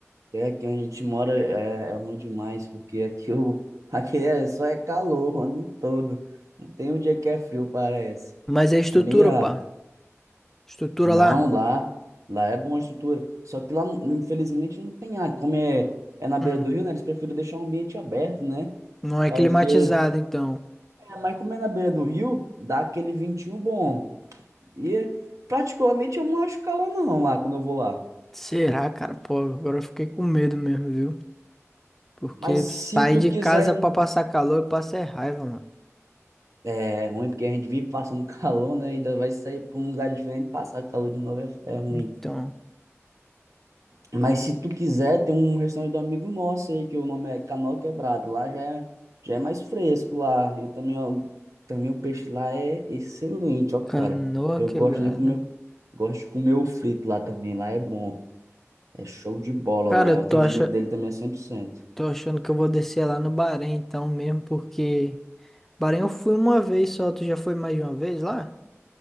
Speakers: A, on the right; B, in the centre.
A: É, aqui onde a gente mora é, é ruim demais, porque aqui, o, <laughs> aqui é, só é calor o ano todo. Não tem um dia que é frio, parece.
B: Mas é a estrutura,
A: É meio raro.
B: pá. Estrutura
A: Não,
B: lá,
A: lá, lá é bom a estrutura. Só que lá, infelizmente, não tem ar. Como é, é na
B: hum,
A: beira do rio, né? Eles preferem deixar o ambiente aberto, né?
B: não
A: Por
B: é
A: causa
B: climatizada,
A: que.
B: então.
A: É, mas como é na beira do rio, dá aquele ventinho bom. E, particularmente, eu não acho calor, não, lá, quando eu vou lá.
B: Será, cara? Pô, agora eu fiquei com medo mesmo, viu? Porque
A: Mas se
B: sair
A: tu
B: de
A: quiser.
B: casa pra passar calor, eu passo é raiva, mano.
A: É ruim, porque a gente vive passando <laughs> calor, né? E ainda vai sair para um lugar diferente, passar calor de novo é, é ruim.
B: Então,
A: Mas se tu quiser, tem um restaurante do amigo nosso aí, que o nome é Canoa Quebrado. Lá já é, já é mais fresco lá. E também, ó, também o peixe lá é excelente, ó, cara.
B: canoa
A: Eu
B: quebrada.
A: gosto de comer, gosto de comer o frito lá também. Lá é bom. É show de bola
B: Cara,
A: lá.
B: eu
A: O atendimento
B: tô, ach...
A: dele também é cem por cento
B: Tô achando que eu vou descer lá no Bahrein então mesmo, porque... Bahrein eu fui uma vez só, tu já foi mais de uma vez lá?